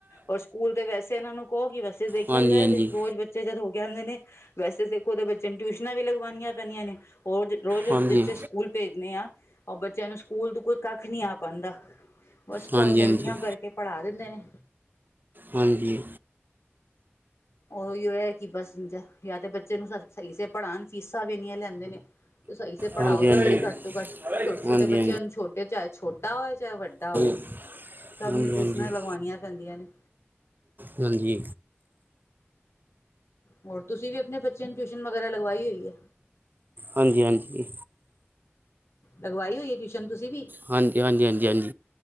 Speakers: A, on the left (about 80°); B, on the right (about 45°).
A: ਔਰ ਸਕੂਲ ਤੇ ਵੈਸੇ ਇਹਨਾਂ ਨੂੰ ਕਹੋ ਕੀ ਵੈ ਜੇ ਦੇਖਿਆ
B: ਹਾਂਜੀ
A: ਜਾਏ
B: ਹਾਂਜੀ
A: ਤੇ ਰੋਜ਼ ਬੱਚੇ ਜਦ ਹੋ ਕੇ ਆਂਦੇ ਨੇ। ਵੈਸੇ ਦੇਖੋ ਤਾਂ ਬੱਚਿਆਂ ਨੂੰ ਟਿਊਸ਼ਨਾਂ ਵੀ ਲਗਵਾਣੀਆਂ ਪੈਂਦੀਆਂ ਨੇ। ਰੋਜ਼ ਰੋਜ਼
B: ਹਾਂਜੀ
A: ਜਿੱਥੇ ਸਕੂਲ ਭੇਜਨੇ ਆ ਓ ਬੱ ਬੱਚਿਆਂ ਨੂੰ ਸਕੂਲ ਤੋਂ ਕੋਈ ਕੱਖ ਨਹੀਂ ਆ ਪਾਂਦਾ ਬਸ
B: ਹਾਂਜੀ
A: ਫੋਰਮੈਲਿਟੀਆਂ
B: ਹਾਂਜੀ
A: ਕਰਕੇ ਪੜ੍ਹਾ ਦਿੰਦੇ ਨੇ।
B: ਹਾਂਜੀ,
A: ਓਹੀ ਐ ਕਿ ਬਸ ਜਾਂ ਤੇ ਬੱਚੇ ਨੂੰ ਸਹੀ ਸੇ ਪੜ੍ਹਾਣ ਫੀਸਾਂ ਵੀ ਇੰਨੀਆਂ ਲੈਂਦੇ ਨੇ। ਸਹੀ ਸੀ ਪੜ੍ਹਾਓ
B: ਹਾਂਜੀ
A: ਤੇ
B: ਹਾਂਜੀ
A: ਸਹੀ ਘੱਟ ਤੋਂ ਘੱਟ ਛੋਟੇ ਛੋਟੇ
B: ਹਾਂਜੀ
A: ਬੱਚਿਆਂ ਨੂੰ ਛੋਟੇ ਚਾਹੇ ਛੋਟਾ ਹੋਏ ਚਾਹੇ ਵੱਡਾ ਹੋਏ।
B: <inaudible>
A: ਸਭ
B: ਹਾਂਜੀ
A: ਨੂੰ ਟਿਊਸ਼ਨਾਂ
B: ਹਾਂਜੀ
A: ਲਗਵਾਣੀਆ ਪੈਂਦੀਆਂ ਨੇ।
B: ਹਾਂਜੀ,
A: ਹੋਰ ਤੁਸੀਂ ਵੀ ਆਪਣੇ ਬੱਚਿਆਂ ਨੂੰ ਟਿਊਸ਼ਨ ਵਗੈਰਾ ਲਗਵਾਈ ਹੋਈ ਐ।
B: ਹਾਂਜੀ ਹਾਂਜੀ,
A: ਲਗਵਾਈ ਹੋਈ ਐ ਟਿਊਸ਼ਨ ਤੁਸੀਂ ਵੀ
B: ਹਾਂਜੀ-ਹਾਂਜੀ, ਹਾਂਜੀ-ਹਾਂਜੀ,